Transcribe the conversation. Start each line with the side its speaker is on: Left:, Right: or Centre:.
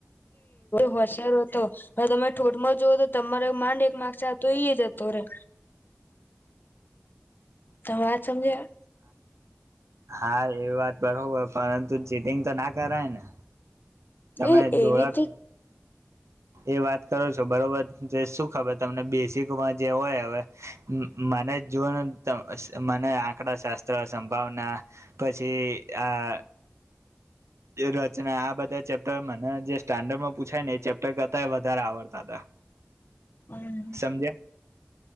Left: હોશિયારો હતો હ તમે ઠોઠમાં જોઓ તો તમારો માંડ એક મારસાલતો ઈ જતો રે તમેં વાત સમજે
Right: હા એવી વાત બરોબર પણ પરંતુ ચીટિંગ તો ના કરાય ને તમે
Left: એ
Right: ડોડા
Left: એવી તો
Right: એ વાત કરો છો બરોબર શું ખબર તમને બેઝિકમાં જે હોય હવે મને જોનું મને આંકડા શાસ્ત્ર સંભાવના પછી આ રચના આ બધા ચેપ્ટર મને જે સ્ટાન્ડર્ડમાં પૂછાય ને એ ચેપ્ટર કરતા વધારે આવડતા હતા
Left: હમ
Right: સમજ્યા